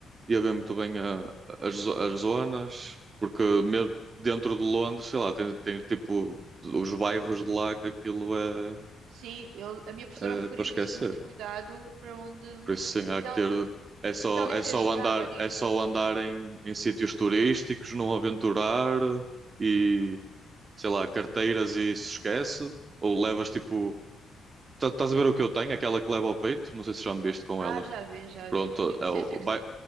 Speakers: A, on the right; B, on the right.
A: ia ver muito bem a- as, zo- as zonas, porque mesmo dentro de Londres, sei lá, tem, tem tipo os bairros de lá que aquilo é,
B: Sim, eu, a minha professora
A: é
B: referiu
A: para esquecer.
B: isso, muito cuidado para onde.
A: Por isso sim, há
B: Mas
A: que
B: ela,
A: ter. É só,
B: mas ela disse
A: é só
B: que ajudava
A: andar,
B: nisso.
A: é só andar em, em sítios turísticos, não aventurar e sei lá, carteiras e se esquece, ou levas tipo tá- Estás a ver o que eu tenho? Aquela que leva ao peito? Não sei se já me viste com
B: Ah,
A: ela.
B: já vi, já
A: Pronto,
B: vi. Sim,
A: é
B: sei,
A: o-
B: sei que
A: vai-
B: já.